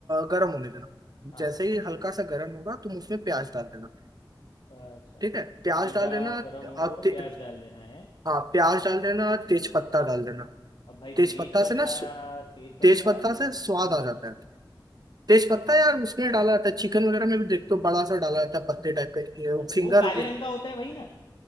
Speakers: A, on the right (about 50°); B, on the left (about 75°).
A: गर्म होने देना
B: हाँ
A: जैसे ही हल्का सा गर्म होगा तुम उसमें प्याज डाल देना
B: अच्छा
A: ठीक है प्याज
B: हल्का
A: डाल देना
B: गर्म हो
A: और
B: तो
A: ते,
B: प्याज डाल देना है
A: हाँ प्याज डाल देना और तेज पत्ता डाल देना
B: अब भाई
A: तेज
B: तेज
A: पत्ता
B: पत्ता
A: से ना
B: तेज पत्ता
A: तेज पत्ता
B: नहीं
A: से स्वाद
B: मालूम
A: आ जाता
B: मेरे को
A: है तेज पत्ता यार उसमें डाला जाता है चिकन वगैरह में भी देखते हो बड़ा सा डाला जाता है पत्ते टाइप का
B: अच्छा
A: फिंगर
B: वो काले रंग का होता है वही ना